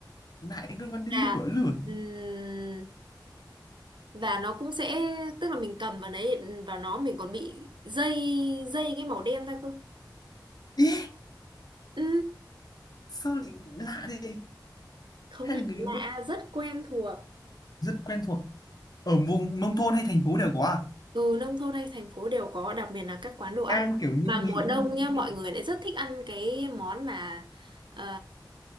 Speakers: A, on the left (about 55°); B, on the right (about 80°).
A: lại liên quan đến
B: và
A: lửa lửa
B: ừm, và nó cũng sẽ tức là mình cầm vào đấy vào nó mình còn bị dây dây cái màu đen ra cơ
A: Ê,
B: ừ
A: sao lại lạ thế
B: không
A: hay
B: hề
A: là người
B: lạ
A: bếp
B: rất quen thuộc
A: rất quen thuộc ở vùng nông thôn hay thành phố đều có à
B: ừ nông thôn hay thành phố đều có đặc biệt là các quán đồ ăn
A: đang kiểu như
B: mà mùa
A: nghĩ,
B: đông nhá mọi
A: nghĩ
B: người lại rất thích ăn cái món mà ờ,